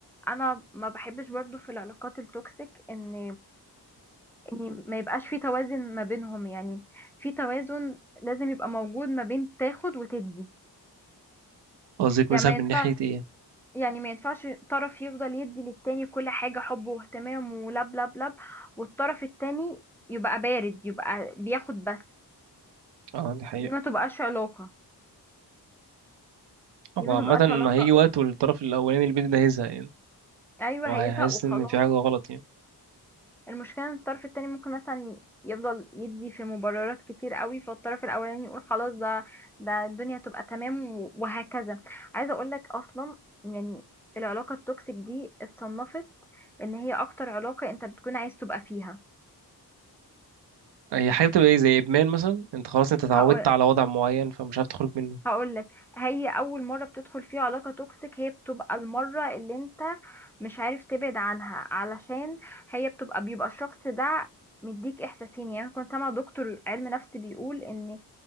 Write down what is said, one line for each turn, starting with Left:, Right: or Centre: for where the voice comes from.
Centre: انا ما بحبش برضو في العلاقات التوكسيك ان ان ما يبقاش في توازن ما بينهم يعني في توازن لازم يبقى موجود ما بين تاخد وتدي
Right: <laughs> قصدك مثلا
Centre: يعني ما ينفعش
Right: من ناحية ايه
Centre: يعني ما ينفعش طرف يفضل يدي للتاني كل حاجة حب واهتمام ولب لب لب والطرف التاني يبقى بارد يبقى بياخد بس
Right: اه دي حقيقة
Centre: دي ما تبقاش علاقة
Right: هو
Centre: دي ما
Right: عامة
Centre: تبقاش
Right: ما
Centre: علاقة
Right: هيجي وقت والطرف الأولاني اللي بيدي ده هيزهق يعني
Centre: ايوه
Right: وهيحس
Centre: هيزهق وخلاص
Right: إن في حاجة غلط يعني
Centre: المشكلة ان الطرف التاني ممكن مثلا يفضل يدي في مبررات كتير قوي فالطرف الاولاني يقول خلاص ده ده الدنيا تبقى تمام و- وهكذا عايزة اقول لك اصلا يعني العلاقة التوكسيك دي اتصنفت ان هي اكتر علاقة انت بتكون عايز تبقى فيها
Right: هي حاجة بتبقى ايه زي إدمان مثلا انت خلاص انت اتعودت
Centre: هقول
Right: على وضع معين فمش عارف تخرج منه
Centre: هقول لك هي اول مرة بتدخل فيها علاقة توكسيك هي بتبقى المرة اللي انت مش عارف تبعد عنها علشان هي بتبقى بيبقى الشخص ده مديك احساسين يعني كنت سامع دكتور علم نفس بيقول ان